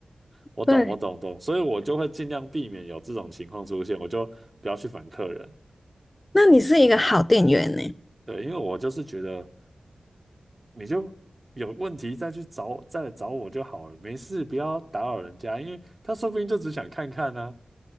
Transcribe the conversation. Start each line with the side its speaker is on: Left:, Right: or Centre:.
Right: 我懂我懂懂，
Left: <laughs> 对，
Right: 所以我就会尽量避免有这种情况出现，我就不要去烦客人，
Left: 那你是一个好店员呢。
Right: 对，因为我就是觉得你就有问题再去找再来找我就好了，没事，不要打扰人家，因为他说不定就只想看看呢、